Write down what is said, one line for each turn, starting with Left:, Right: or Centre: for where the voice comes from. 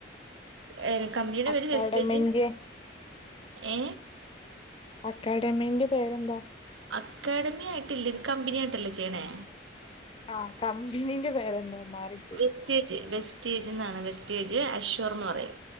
Right: ഏ കമ്പനിടെ
Left: അക്കാഡമിന്റെ
Right: ഒരു വെസ്റ്റേജ് ഏ
Left: അക്കാഡമിന്റെ പേരെന്താ
Right: അക്കാഡമി ആയിട്ടല്ല കമ്പനി ആയിട്ടല്ലേചെയ്യണേ
Left: ആ കമ്പിനിന്റെ പേരെന്താ മാറി
Right: വെസ്റ്റേജ് വെസ്റ്റേജ് എന്നാണ് വെസ്റ്റേജ് അഷ്വർ എന്ന് പറയും